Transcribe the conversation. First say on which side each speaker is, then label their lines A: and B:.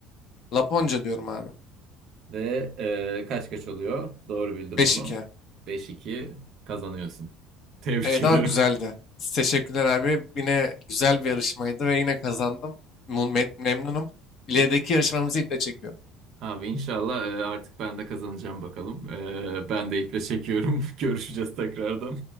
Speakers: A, on the left (about 35°); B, on the right (about 45°).
A: Laponca diyorum abi.
B: Ve ee, kaç kaç oluyor? Doğru bildim
A: beş
B: bunu.
A: iki.
B: Beş iki kazanıyorsun. <laughs> Tebrik
A: Evet
B: ederim.
A: ama güzeldi. Teşekkürler abi. Yine güzel bir yarışmaydı ve yine kazandım. Mu- me- Memnunum. İlerideki yarışmamızı iple çekiyorum.
B: Abi inşallah e, artık ben de kazanacağım bakalım. E, Ben de iple çekiyorum. <laughs> Görüşeceğiz tekrardan.